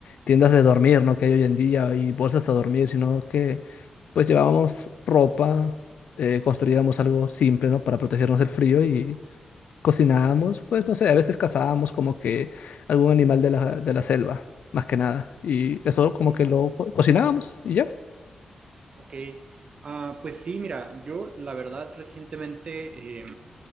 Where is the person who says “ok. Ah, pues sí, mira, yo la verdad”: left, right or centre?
Right